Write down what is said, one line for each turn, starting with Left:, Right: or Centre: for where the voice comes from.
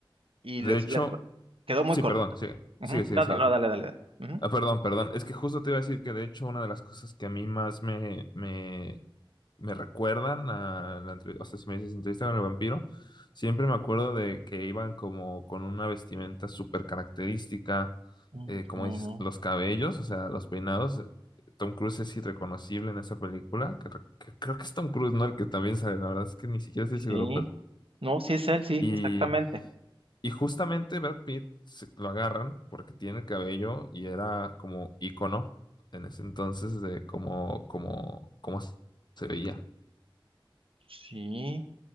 Right: Y
Left: De
Right: les,
Left: hecho,
Right: les quedó muy
Left: sí,
Right: corto.
Left: perdón, sigue,
Right: Ujú.
Left: sigue, sigue,
Right: No,
Left: sigue.
Right: no, no, dale, dale, dale.
Left: Ah, perdón, perdón. Es que justo te iba a decir que de hecho una de las cosas que a mí más me, me me recuerdan a la entrevista, o sea, si me dices entrevista con el vampiro, siempre me acuerdo de que iban como con una vestimenta súper característica,
Right: Ujú.
Left: eh, como
Right: Ujú.
Left: dices, los cabellos, o sea, los peinados. Tom Cruise es irreconocible en esa película, que, re- que creo que es Tom Cruise, ¿no? El que también sale, la verdad es que ni siquiera estoy seguro,
Right: Sí,
Left: pero...
Right: no, sí es él, sí,
Left: Y,
Right: exactamente.
Left: y justamente Brad Pitt se- lo agarran porque tiene el cabello y era como ícono en ese entonces de cómo, cómo, cómo se veía.
Right: Sí,